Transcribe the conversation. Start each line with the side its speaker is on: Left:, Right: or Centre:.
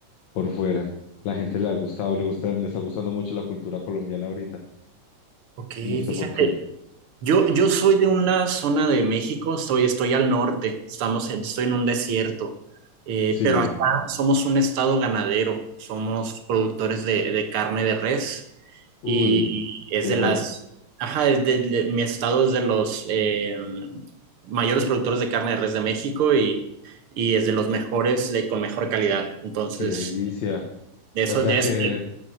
Left: por fuera. La gente le ha gustado, le gusta, le está gustando mucho la cultura colombiana ahorita.
Right: ok,
Left: No sé
Right: fíjate.
Left: por qué.
Right: Yo, yo soy de una zona de México, estoy, estoy al norte, estamos en- estoy en un desierto, eh,
Left: Sí,
Right: pero acá somos un estado ganadero, somos productores de, de carne de res
Left: uy,
Right: y es
Left: qué
Right: de
Left: bueno,
Right: las, ajá, es de, de- mi estado es de los eh, mayores productores de carne de res de México y, y es
Left: uy,
Right: de los mejores, de, con mejor calidad. Entonces,
Left: qué delicia.
Right: de eso,
Left: O sea
Right: de
Left: que
Right: eso.